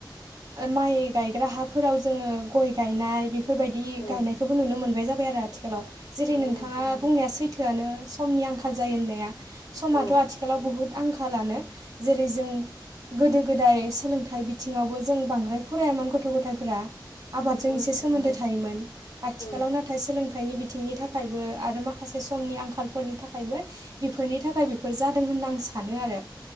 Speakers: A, on the right; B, on the left.
A: माइ गायग्रा हाफोराव जोङो गय गायनाय बे फोरबायदि
B: औ
A: गायनायखौबो नुनो मोनबाय जाबाय आरो आथिखालाव जेरै-
B: नंगौ
A: नोंथाङा
B: नोंथां नंगौ
A: बुंनाया सैथोआनो। समनि आंखाल जायो होननाया समाथ'
B: औ
A: आथिखालाव बुहुत आंखालानो जेरै- जों गोदो गोदाय सोलोंथाइ बिथिङावबो जों बांद्राय फरायामोन गथ' गथायफोरा आबादजों
B: नंगौ
A: इसे
B: नोंथां
A: सोमोन्दो
B: नंगौ
A: थायोमोन आथिखालाव
B: औ
A: नाथाय सोलों थाइनि बिथिंनि थाखायबो आरो माखासे समनि आंखालफोरनि थाखायबो बेफोरनि थाखाय बेफोर जादों होन ना आं सानो आरो